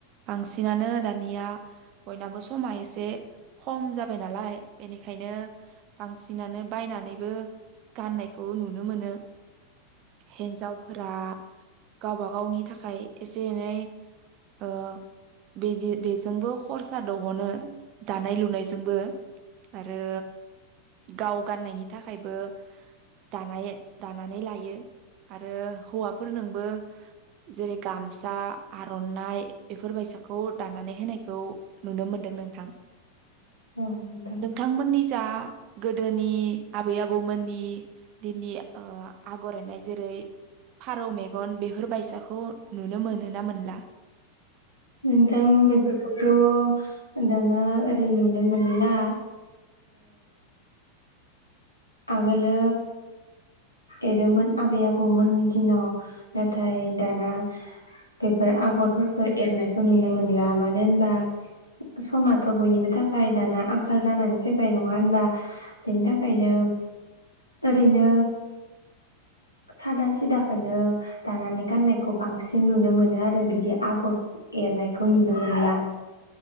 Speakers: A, on the right (about 40°); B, on the left (about 85°).
A: बांसि बांसिनानो दानिया बयनाबो समा एसे खम जाबाय नालाय बेनिखायनो बांसिनानो बायनानैबो गाननायखौ नुनो मोनो हिन्जावफोरा गावबा गावनि थाखाय एसे एनै ओ बेदि बेजोंबो खरसा दहनो दानाय लुनायजोंबो आरो गाव गाननायनि थाखायबो दानाय दानानै लायो आरो हौवाफोर नोंबो जेरै गामसा आर'नाइ बेफोरबायसा खौ दानानै होनायखौ नुनो मोनदों नोंथां
B: औ नोंथां
A: नोंथांमोननि जा गोदोनि आबै आबौमोननि दिनै आगर एरनाय जेरै फारौ मेगन बेफोरबायसाखौ नुनो मोनो ना मोनला
B: नोंथां बेफोरखौथ' दाना ओरै नुनो मोनला आगोलो एरोमोन आबै आबौमोननि दिनाव नाथाय दाना बेफोर आगरफोरखौ एरनायखौ नुनो मोनला मानो होनबा समाथ' बयनिबो थाखाय दाना आंखाल जानानै फैबाय नङा होनबा बेनि थाखायनो ओरैनो सादा सिदाखोनो दानानै गाननायखौ बांसिन नुनो मोनो आरो बिदि आगर एरनायखौ नुनो मोनलिया